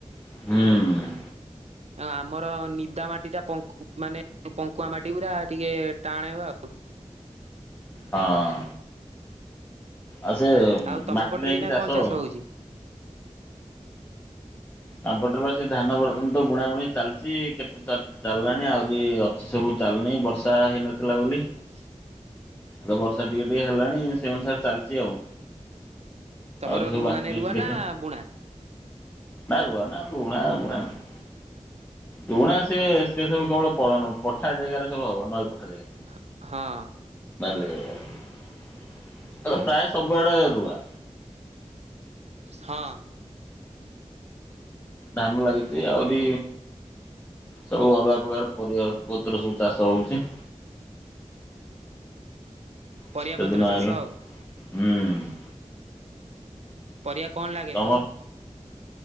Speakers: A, on the left (about 15°); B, on the right (about 60°).
A: ହୁଁ।
B: ଆଉ ଆମର ନିଦା ମାଟି ଟା ପଙ୍କୁ ମାନେ ପଙ୍କୁଆ ମାଟି ଗୁରା ଟିକେ ଟାଣ ହବ ଆଉ।
A: ହଁ। ଆଉ ସେ
B: ଆଉ ତମ
A: ମାଟି
B: ପଟରେ
A: ନେଇକି
B: ଏଇନା
A: ଚାଷ
B: କଣ
A: ଆଉ।
B: ହଉଛି?
A: ତାପଟରେ ବା ସେ ଧାନ ବର୍ତନ ତ ବୁଣାବୁଣି ଚାଲିଛି କେତେ ଚାଲିଲାଣି ଆଉରି ଅଛି ସବୁ ଚଳିନି ବର୍ଷା ହେଇନଥିଲା ବୋଲି।
B: <inaudible>
A: ତ ବର୍ଷା ଟିକେ ଟିକେ ହେଲାଣି ସେଇ ଅନୁସାରେ ଚାଲିଛି ଆଉ।
B: ତମର
A: ଆହୁରି ସବୁ ବାକି
B: ମାନେ ରୁଆ
A: ଅଛି କେତେ।
B: ନା ବୁଣା
A: ନା ରୁଆନା ବୁଣା ବୁଣା ନୁହେଁ। ବୁଣା ସେ ସେ ସବୁ କେବଳ ପଠା ଜାଗାରେ ସବୁ ହବ ନଈୀ ପଠା ଜାଗାରେ।
B: ହ - ହଁ।
A: ବାଲ୍ୟ ବିବାହ ଆଉ ତ ପ୍ରାୟ ସବୁଆଡେ ରୁଆ।
B: ହଁ।
A: ଧାନ ଲାଗିଛି ଆହୁରି ସବୁ ଅଲଗା ପ୍ରକାର ପରିବା ପତର ସବୁ ଚାଷ ହଉଛି।
B: ପରିବା
A: ଶୀତ
B: ପତ୍ର
A: ଦିନ
B: ଚାଷ
A: ଆଇଲାଣି
B: ଆଉ
A: ହୁଁ।
B: ପରିବା କଣ ଲାଗେ
A: ତମର
B: ସବୁ?